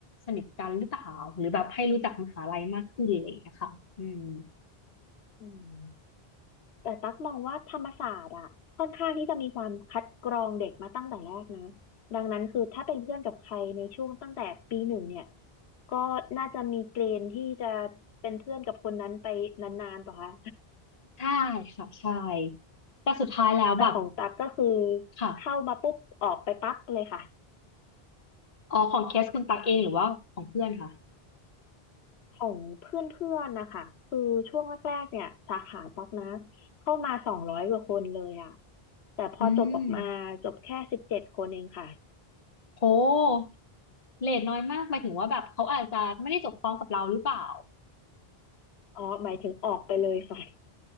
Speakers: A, on the left (about 40°); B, on the left (about 85°).
A: สนิทกันหรือเปล่าหรือแบบให้รู้จักมหาลัยมากขึ้นอะไรอย่างเลยค่ะอืม
B: อืมแต่ตั๊กมองว่าธรรมศาสตร์อะค่อนข้างที่จะมีความคัดกรองเด็กมาตั้งแต่แรกนะดังนั้นคือถ้าเป็นเพื่อนกับใครในช่วงตั้งแต่ปีหนึ่งเนี่ยก็น่าจะมีเกณฑ์ที่จะเป็นเพื่อนกับคนนั้นไปนานๆป่ะคะ
A: ใช่ค่ะใช่แต่สุดท้ายแล้วแบบ
B: แต่ของตั๊กก็คือ
A: ค่ะ
B: เข้ามาปุ๊บออกไปปั๊บเลยค่ะ
A: อ๋อของเคสคุณตักเองหรือว่าของเพื่อนค่ะ
B: ของเพื่อนๆนะคะคือช่วงแรกๆเนี่ยสาขาตั๊กนะเข้ามาสองร้อยกว่าคนเลยอ่ะแต่พอจบออกมาจบแค่สิบเจ็ดคนเองค่ะ
A: อืมโหเรทน้อยมากหมายถึงว่าแบบเขาอาจจะไม่ได้จบพร้อมกับเราหรือเปล่า
B: อ๋อหมายถึงออกไปเลยค่ะ